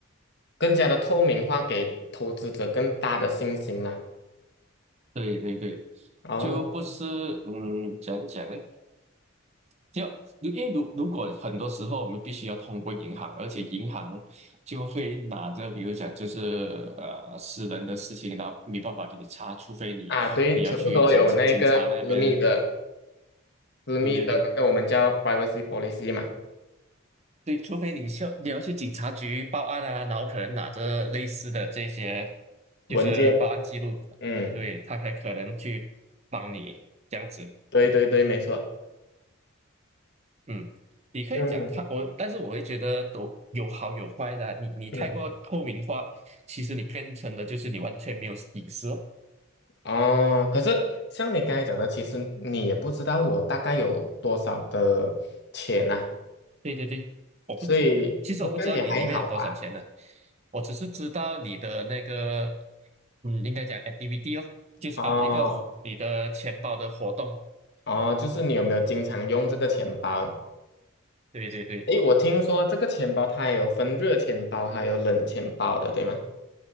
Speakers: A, on the left; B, on the right.
A: 更加的透明化，给投资者更大的信心啦。
B: 对对对，
A: 哦，
B: 就不是嗯，怎样讲呢？就如因为如如果很多时候我们必须要通过银行，而且银行就会拿着，比如讲就是呃私人的事情，然后没办法给你查，除非你你要去警察警察那边，
A: 啊，对，全部都有那个私密的、私密的那个我们叫
B: 对对对
A: privacy policy 嘛，
B: 对，除非你需要你要去警察局报案啊，然后可能拿着类似的这些
A: 文件。
B: 就是报案记录，
A: 嗯，
B: 对，他才可能去帮你这样子。
A: 对对对，没错。
B: 嗯，你可以讲他我，
A: 嗯
B: 但是我会觉得都有好有坏的啊你你太过透明化，
A: 嗯。
B: 其实你变成的就是你完全没有隐私哦。
A: 哦，可是像你刚才讲的，其实你也不知道我大概有多少的钱呐、
B: 对对对，我不知，
A: 所以应该也还好吧。
B: 其实我不知道你里面有多少钱呢，我只是知道你的那个，嗯，应该讲 activity 哦，就是啊那个活你的钱包的活动。
A: 哦哦，就是你有没有经常用这个钱包？
B: 对对对，
A: 诶，我听说这个钱包它也有分热钱包，还有冷钱包的，对吗？